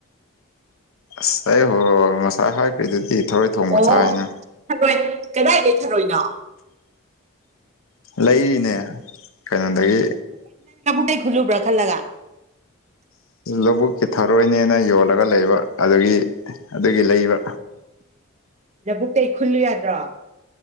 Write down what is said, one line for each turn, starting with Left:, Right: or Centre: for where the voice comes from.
Left: ꯑꯁ ꯑꯩꯕꯨ ꯉꯁꯥꯏ ꯍꯥꯏꯈ꯭ꯔꯤꯗꯨꯗꯤ ꯊꯔꯣꯏ ꯊꯣꯡꯕ
Right: ꯑꯣ
Left: ꯆꯥꯏꯅ
Right: ꯊꯥꯔꯣꯏ ꯀꯗꯥꯏꯗꯩ ꯊꯥꯔꯣꯏꯅꯣ
Left: ꯂꯩꯔꯤꯅꯦ ꯀꯩꯅꯣꯗꯒꯤ
Right: ꯑꯇꯩ ꯈꯨꯜꯂꯨꯕ꯭ꯔꯥ ꯈꯜꯂꯒ
Left: ꯂꯧꯕꯨꯛꯀꯤ ꯊꯔꯣꯏꯅꯦꯅ ꯌꯣꯜꯂꯒ ꯂꯩꯕ ꯑꯗꯨꯒꯤ ꯑꯗꯨꯒꯤ ꯂꯩꯕ
Right: ꯂꯥꯕꯨꯛꯇꯩ ꯈꯨꯜꯂꯨ ꯌꯥꯗ꯭ꯔꯣ